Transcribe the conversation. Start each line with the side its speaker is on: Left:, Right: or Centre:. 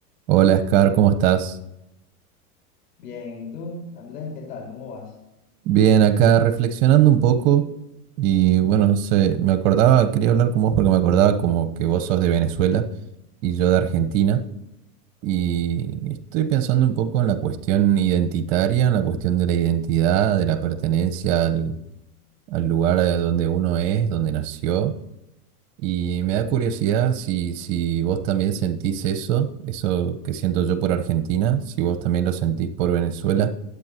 Right: Hola, Scar, ¿cómo estás?
Left: Bien, ¿y tú, Andrés, qué tal? ¿Cómo vas?
Right: Bien, acá reflexionando un poco y bueno, no sé, me acordaba, quería hablar con vos porque me acordaba como que vos sos de Venezuela y yo de Argentina y estoy pensando un poco en la cuestión identitaria, en la cuestión de la identidad, de la pertenencia al, al lugar a donde uno es, donde nació. Y me da curiosidad si, si vos también sentís eso, eso que siento yo por Argentina, si vos también lo sentís por Venezuela.